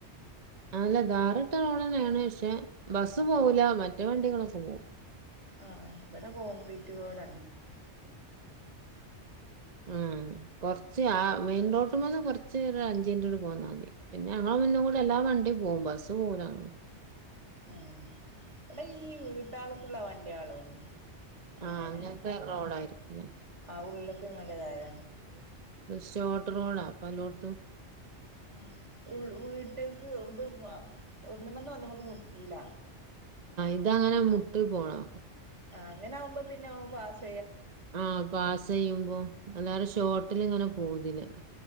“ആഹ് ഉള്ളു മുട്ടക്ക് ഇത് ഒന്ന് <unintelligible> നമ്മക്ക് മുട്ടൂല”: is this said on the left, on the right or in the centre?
Right